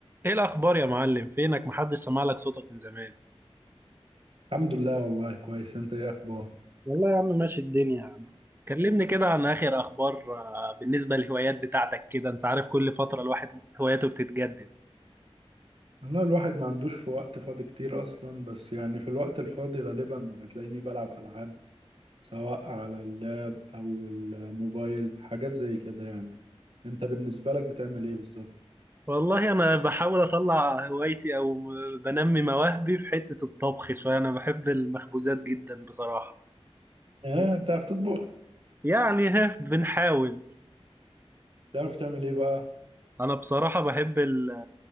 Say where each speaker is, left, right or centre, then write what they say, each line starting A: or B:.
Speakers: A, on the right; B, on the right.
A: ايه الاخبار يا معلم فينك محدش سمع لك صوتك من زمان
B: الحمد لله والله كويس انت ايه اخبارك
A: والله يا عم ماشي الدنيا يا عم كلمني كده عن اخر اخبار آه، بالنسبه للهوايات بتاعتك كده انت عارف كل فتره الواحد هواياته بتتجدد
B: والله الواحد ما عندوش في وقت فاضي كتير اصلا بس يعني في الوقت الفاضي غالبا هتلاقيني بلعب العاب سواء على اللاب او الموبايل حاجات زي كده يعني انت بالنسبة لك بتعمل ايه بالظبط
A: والله انا بحاول اطلع هوايتي او م- بنمي مواهبي في حته الطبخ شويه انا بحب المخبوزات جدا بصراحه
B: اه بتعرف تطبخ
A: يعني ها بنحاول
B: بتعرف تعمل ايه بقى
A: انا بصراحه بحب ال-